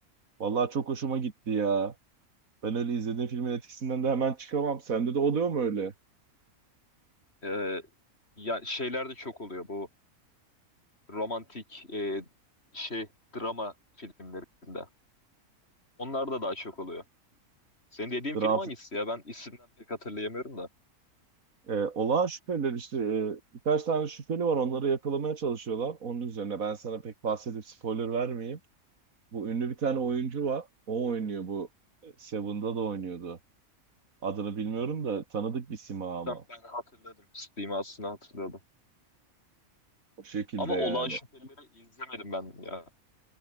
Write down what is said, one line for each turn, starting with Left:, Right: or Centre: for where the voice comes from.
Right: Vallahi çok hoşuma gitti ya. Ben öyle izlediğim filmin etkisinden de hemen çıkamam. Sende de oluyor mu öyle?
Left: Ee, ya şeyler de çok oluyor bu romantik e, şey drama filmlerinde. Onlar da daha çok oluyor. Senin dediğin
Right: Dram,
Left: film hangisi ya? Ben isimden pek hatırlayamıyorum da.
Right: e, Olağan Şüpheliler işte e, birkaç tane şüpheli var onları yakalamaya çalışıyorlar. Onun üzerine ben sana pek bahsedip spoiler vermeyeyim. Bu ünlü bir tane oyuncu var. O oynuyor bu. e, Seven'da da oynuyordu. Adını bilmiyorum da tanıdık bir sima ama.
Left: Tamam ben hatırladım. Simasını hatırladım.
Right: O şekilde
Left: Ama Olağan
Right: yani.
Left: Şüphelileri izlemedim ben ya.